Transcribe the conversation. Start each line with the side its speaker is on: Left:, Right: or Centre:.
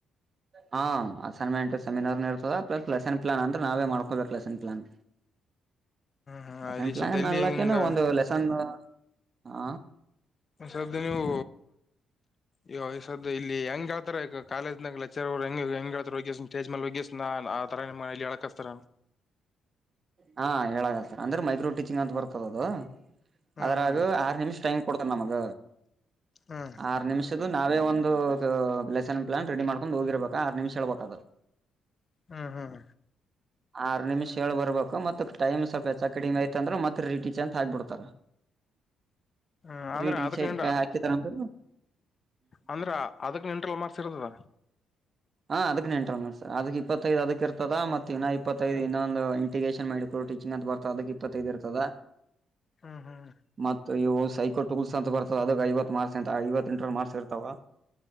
Right: ಹಾ ಅಸೈನ್ಮೆಂಟ್ ಸೆಮಿನಾರ್ ಇರ್ತದೆ ಪ್ಲಸ್ ಲೆಸನ್ ಪ್ಲಾನ್ಂದ್ರೆ ನಾವೇ ಮಾಡ್ಕೊಬೇಕು ಲೆಸನ್ ಪ್ಲಾನ್
Left: ಹ್ಮ್
Right: ಸನ್
Left: ಇಲ್ಲಿ
Right: ಪಾಂಗ
Left: ಸದ್ಯಲ್ಲಿ
Right: ನಲ್ಲಕ್ಕಏನು
Left: ಹಿಂಗ
Right: ಒಂದು ಲೆಸನ್ ಹ
Left: ಸ್ದ ನೀವು ಈ ವಯ್ಸ್ದು ಇಲ್ಲಿ ಹೆಂಗಗೆ ಹೇಳ್ತ ಕಾಲೇಜನ ಲೆಚರ್ ಅವ್ರು ಹೆಂಗ ಹೆಂಗ ಹೇಳ್ತಾರೆಗ ಸ್ಟೇಜ್ ಮೇಲೆಗೆಗಿಸ್ಾ ಆ ತರ ನಿಮ್ಮ ಮನಲಿ ಎ ಹೇಳಕಸ್ತರ
Right: ಹಾ ಹೇಳಗತರ್ ಅಂದ್ರೆ ಮೈಕ್ ರೋಟಿ ಚಿಂಗಂತ ಬರ್ತದ ಅದು
Left: ಹ್ಮ್
Right: ಅದ್ರಾಗ
Left: ಹ್ಮ್
Right: ಆರು ನಿಮಿಷ ಟೈಮ್ ಕೊಡ್ತದೆ ನಮಗ
Left: ಹ್ಮ್
Right: ಆರ್ ನಿಮಿಷ್ದ ನಾ ನಾವೇ ಒಂದುಲೆಸನ್ ಪ್ಲಾನ್ ರೆಡಿ ಮಾಡ್ಕೊಂಡು ಹೋಗಿರ್ಬೇಕ ಆರ್ ನಿಮಿಷ ಹೇಳ್ಬೇಕಾದ್ರದು
Left: ಹ್ಮ್ ಹ್ಮ್
Right: ಆರ್ ನಿಮಿಷ ಹೇಳಳ ಬರ್ಬೇಕ ಮತ್ತ ಟೈಮ್ ಸ್ವಲ್ಪಚ್ಚ ಕಡಿಮೆ ಐತ ಅಂದ್ರೆ ಮತ್ತ ರೀಟಿ ಚೆ ಅಂತ ಹಾಕ್ಬಿಡ್ತಾರ
Left: ಹ್ಮ ಅಂದ್ರ
Right: ರೇಟ್
Left: ಅದಕ್ ನಿನ್
Right: ಕ ಚ ಕತ್ರರಂತ
Left: ಅಂದ್ರ ಅದಕ್ ನೆಂಟ್ರಲ್ ಮಾರ್ಸಿರದದ
Right: ಹಾ ಅದಕ್ ನೆಂಟ ಸರ್ ಅಕ್ ಇಪ್ಪತ್ತೈದು ಅದಕ್ ಇರ್ತದ ಮತ್ತ ಇನ್ನ ಇಪ್ಪತ್ತೈದು ಇನ್ನೊಂದು ಇಂಟಿಗೇಷನ್ ಮಾಡಿ ಚನ್ನದ್ ಬರ್ತದ ಇಪ್ಪತ್ತದು ಇರ್ತದ
Left: ಹ್ಮ್ ಹ್ಮ್
Right: ಮತ್ತ ಇವ ಸೈಕೋಲ್ ಟೂಲ್ಸ್ ಅಂತ ಬರ್ತದ ಅದಕ್ಕೆ ಐವ ಮಾರ್ಕ್ಸ್ ಎ ಐವತ್ತ ಎಂಟರ ಮಾರ್ಕ್ಸ್ ಇರ್ತಾವ